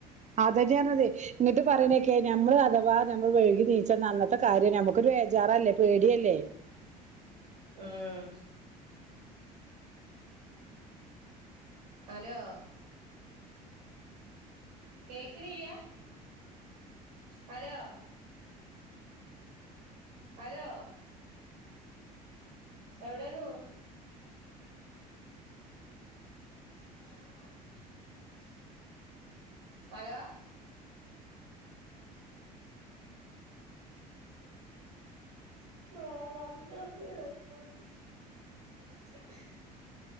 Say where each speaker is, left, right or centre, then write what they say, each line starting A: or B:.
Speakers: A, on the right (about 35°); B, on the right (about 75°).
A: അതന്നെയത് ഇങ്ങിട്ട് പറയണേക്കെയ ഞമ്മൾ അഥവാ നമ്മൾ വഴുകി നീച്ച അന്നത്തെ കാര്യം നമുക്കൊരു വേജാറല്ലേ പേടിയല്ലേ
B: ഉം ഹലോ കേൾക്കാനില്ല ഹെലോ ഹലോ എവിടെന്നു <inaudible> ഹലോ
A: <inaudible>
B: ആഹ നമ്മുടെക്ക